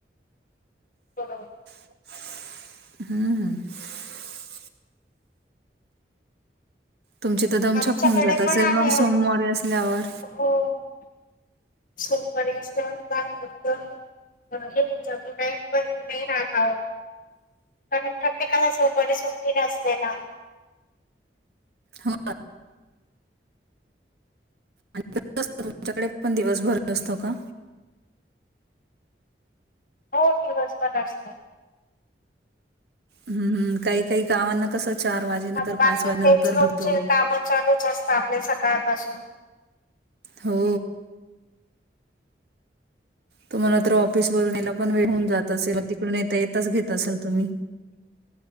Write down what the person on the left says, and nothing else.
हो
आमच्याकडे
पण आहे
हो सोमवारी असत काम करत तचा तो टाइम पण नाही राहता हो कारण प्रत्येकाला सोमवारी सुट्टी नसते ना
हो दिवस बर असते
मग बाकी
तेच रोजचे
कामं चालूच असत आपले सकाळपासून